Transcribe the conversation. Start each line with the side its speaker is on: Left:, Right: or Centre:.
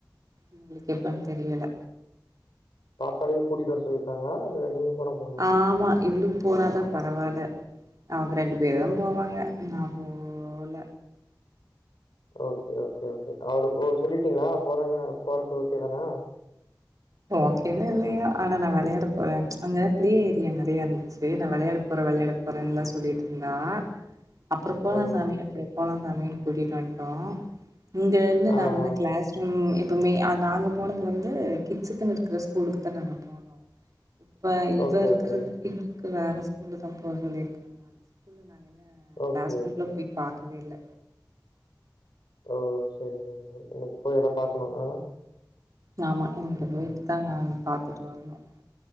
Right: எங்களுக்கு எப்பன்னு தெரியல
Left: பாப்பளையும் கூட்டிட்டு வர சொல்லிருக்காங்களா இல்ல நீங்க போனா போதுமா
Right: ஆமா இவ்ளக் போனாதான் பரவாயில்ல அவங்க ரெண்டு பேரும் போவாங்க நான் போல
Left: ஓகே ஓகே கே அவ்வுது ஓ சொல்லிட்டீங்களா போறாங்க பாக்க ஓக்கேதானா
Right: ஓகேவே இல்லையா ஆனா நான் விளையாட போறேன் அங்க பிளே ஏரியா நிறைய இருந்துச்சு நான் விளையாட போறேன் விளையாட போறேன்னு தான் சொல்லிட்டு இருந்தா அப்புறம் போலாம்
Left: ஓ
Right: சாமி
Left: ஓகே
Right: அப்புறம் போலாம் சாமி கூட்டிகிட்டு வந்ட்டோம் இங்கந்து
Left: ஆ
Right: நாங்கல்லாம்
Left: ஆ
Right: கிளாஸ் ரூம் இப்பவுமே அது நாங்க போனப்ப வந்து கிட்ஸ்க்குன்னு இருக்கிற ஸ்கூலுக்கு தான் நாங்கள் போனோம் இப்ப இவ
Left: ஓகே
Right: இருக்கறிறது
Left: ஓகே
Right: இவ வேற ஸ்கூல் ஸ்கூல்ல தான் போக சொல்லியிருக்காங்க அந்த ஸ்கூல்ல நாங்கதான் கிளாஸ்
Left: ஓகே
Right: ரூம்ல போய் பார் புரியல
Left: ஓ சரி சரி சரி நீ போய் இப்போ எல்லாம் பாக்கணும் ஆஹ்
Right: யாமா அங்கே போய்ட்டட்டு தான் பாத்துட்டு வரணும்